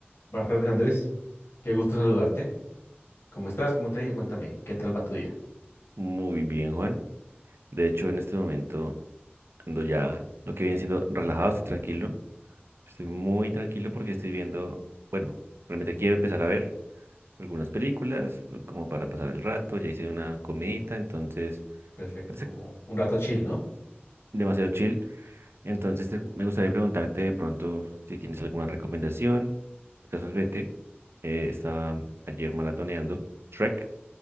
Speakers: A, on the left; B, on the right.
A: Buenas tardes, Andrés. Qué gusto saludarte. ¿Cómo estás? ¿Cómo te ha ido? Cuéntame, ¿qué tal va tu día?
B: Muy bien, Juan. De hecho, en este momento ando ya lo que viene siendo relajado, estoy tranquilo. Estoy muy tranquilo porque estoy viendo, bueno, realmente quiero empezar a ver algunas películas eh, como para pasar el rato. Ya hice una comidita, entonces,
A: Perfecto,
B: pues,
A: como
B: eh,
A: un rato chill, ¿no?
B: demasiado chill. Entonces, te- me gustaría preguntarte de pronto si tienes alguna recomendación. Casualmente, eh, estaba ayer maratoneando Shrek.